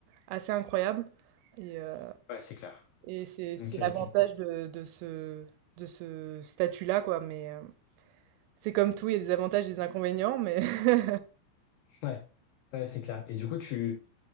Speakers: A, on the right; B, on the left.
A: assez incroyable et heu
B: ouais, c'est clair.
A: et c'est c'est
B: Ok,
A: l'avantage
B: ok.
A: de, de ce, de ce statut-là, quoi. Mais euh, c'est comme tout, il y a des avantages et des inconvénients, mais... <laughs>
B: Ouais, ouais, c'est clair. Et du coup, tu,